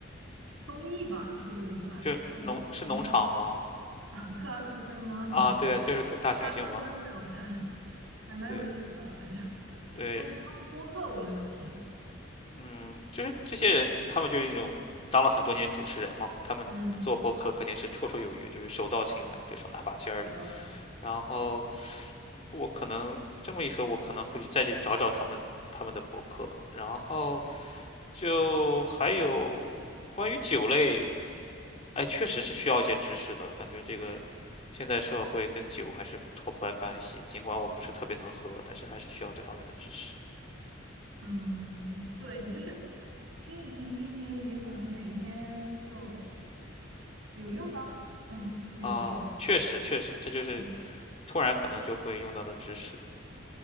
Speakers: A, on the right (about 85°); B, on the left (about 30°).
A: 综艺吧，是不是算算综艺？
B: 就农是农场吗？
A: <laughs> 克拉克森吗？你说克
B: 啊，对啊，就是个大猩猩吗？
A: 拉克森我有看，还蛮有意思的，
B: 对
A: 反正，<laughs>
B: 对，
A: 但是他们播客我没有听。
B: 嗯，就是这些人，他们就是那种当了很多年主持人嘛，他们做播客肯定是绰绰有余，
A: 嗯，
B: 就是手到擒来，对手拿把掐儿的。
A: 是的，
B: 然后我可能这么一说，我可能会去再去找找他们他们的博客。然后就还有关于酒类，哎，确实是需要一些知识的，感觉这个现在社会跟酒还是脱不开干系。尽管我不是特别能喝，但是还是需要这方面的知识。
A: 嗯，对，你就是听一听，听一听，你可能哪一天就有用的哦，<laughs> 嗯，不一定。
B: 啊，确实确实，这就是
A: 嗯，
B: 突然可能就会用到的知识。